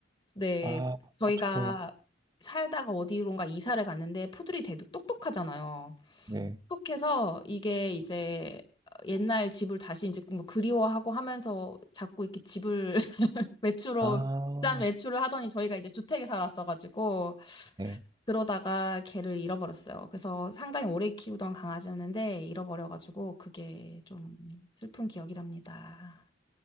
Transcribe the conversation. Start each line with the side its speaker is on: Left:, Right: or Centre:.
Left: 네,
Right: 아,
Left: 저희가
Right: 어떡해.
Left: 살다가 어디론가 이사를 갔는데 푸들이 되게 똑똑하잖아요.
Right: 네.
Left: 똑똑해서 이게 이제 옛날 집을 다시 이제 뭐 그리워하고 하면서 자꾸 이렇게 집을 <laughs> 외출을
Right: 아,
Left: 일단 외출을 하더니 저희가 이제 주택에 살았어가지고
Right: 네.
Left: 그러다가 걔를 잃어버렸어요. 그래서 상당히 오래 키우던 강아지였는데 잃어버려가지고 그게 좀 슬픈 기억이랍니다.